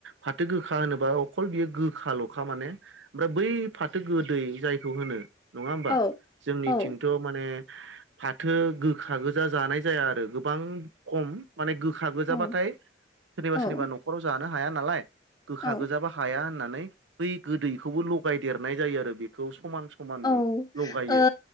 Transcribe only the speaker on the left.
औ
औ
औ
औ
औ
औ
ओ